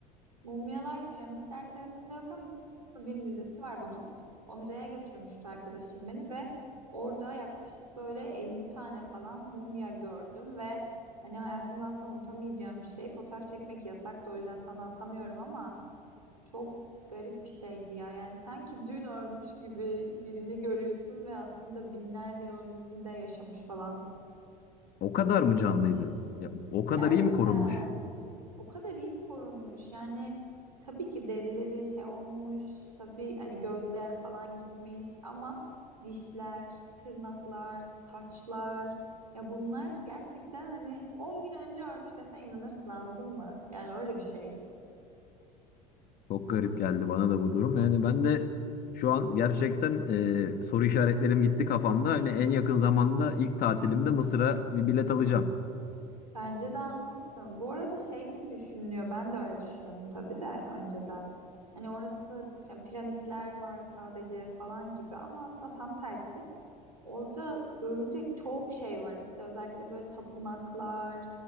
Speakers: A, on the right; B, on the left.
A: Mumyalar piramitler tarafında yok ama bir müzesi var bunun. O müzeye götürmüştü arkadaşım beni ve orada yaklaşık böyle 50 tane falan mumya gördüm ve hani hayatımda asla unutamayacağım bir şey. Fotoğraf çekmek yasaktı o yüzden sana atamıyorum ama çok garip bir şeydi ya. Yani sanki dün ölmüş gibi birini görüyorsun ve aslında binlerce yıl öncesinde yaşamış falan.
B: O kadar
A: Çok ilginç.
B: mı canlıydı? Ya, o kadar
A: Gerçekten
B: iyi mi korunmuş?
A: o kadar iyi korunmuş. Yani tabii ki derileri şey olmuş. Tabii hani gözler falan gitmiş ama dişler, tırnaklar, saçlar ya bunlar gerçekten hani 10 gün önce ölmüş desen inanırsın anladın mı? Yani öyle bir şey.
B: Çok garip geldi bana da bu durum. Yani ben de şu an gerçekten e, soru işaretlerim gitti kafamda. Hani en yakın zamanda ilk tatilimde Mısır'a bir bilet alacağım.
A: Bence de almalısın. Bu arada şey gibi düşünülüyor. Ben de öyle düşünüyordum tabii de önceden. Hani orası yani piramitler var sadece falan gibi ama aslında tam tersi. Orada görülecek çok şey var işte özellikle böyle tapınaklar,